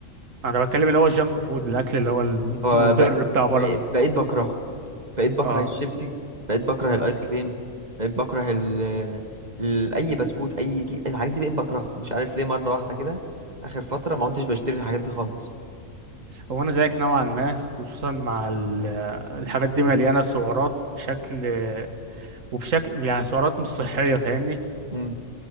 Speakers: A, on the right (about 70°); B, on the right (about 35°).
A: انا بتكلم اللي هو الجانك فود الاكل اللي هو المضر
B: فبقيت
A: بتاع بره
B: بقيت
A: ده
B: بقيت بكرهه بقيت بكره
A: اه
B: الشيبسي بقيت بكره الايس كريم بقيت بكره ال... ال... اي بسكوت اي كي... الحاجات دي بقيت بكرهها مش عارف ليه مره واحده كده اخر فتره ما كنتش بشتري الحاجات دي خالص
A: هو انا زيك نوعا ما خصوصا مع ال- الحاجات دي مليانة سعرات بشكل وبشكل يعني سعرات مش صحية فاهمني؟
B: امم